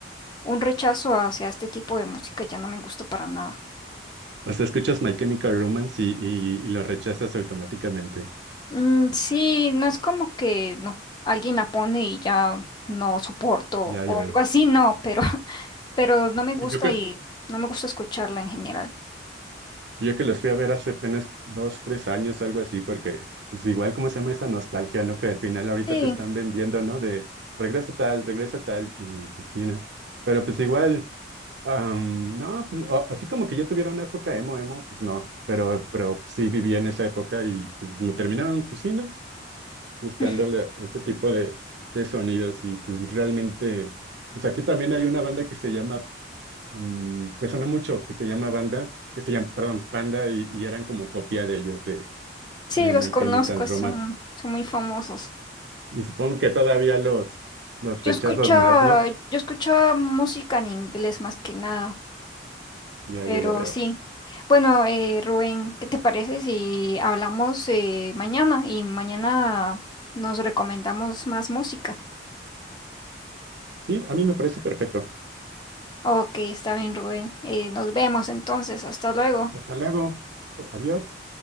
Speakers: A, on the left; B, on the right.
A: un rechazo hacia este tipo de música, ya no me gusta para nada.
B: O sea, escuchas My Chemical Romance y, y, y lo rechazas automáticamente.
A: Mm, sí, no es como que no, alguien la pone y ya no soporto
B: Ya,
A: o
B: ya veo.
A: algo así, no, pero, <laughs> pero no me gusta
B: Y Yo, cre-
A: y no me gusta escucharla en general.
B: Yo que los fui a ver hace apenas dos, tres años, algo así, porque pues igual como se llama esa nostalgia, ¿no? Que al final ahorita
A: Sí,
B: te están vendiendo, ¿no? De regresa tal, regresa tal, y pues sí, ¿no? Pero pues igual, am, no, pues, o- así como que yo tuviera una época emo, emo, pues no, pero, pero sí viví en esa época y pues me terminaron, pues sí, ¿no? Gustando
A: <laughs>
B: la- este tipo de, de sonidos y pues realmente, pues aquí también hay una banda que se llama mm, que sonó mucho, que se llama Banda, que se llama, perdón, Panda, y, y eran como copia de ellos, de,
A: sí,
B: de
A: los
B: My
A: conozco,
B: Chemical
A: son,
B: Romance.
A: son muy famosos.
B: Y supongo que todavía los, los rechazas
A: Yo escucho
B: más, ¿no?
A: yo escucho música en inglés más que nada,
B: Ya,
A: pero
B: ya, ya veo.
A: sí. Bueno, eh, Rubén, ¿qué te parece si hablamos eh, mañana y mañana nos recomendamos más música?
B: Sí, a mí me parece perfecto.
A: Ok, está bien, Rubén. Eh, nos vemos entonces. Hasta luego.
B: Hasta luego. Adiós.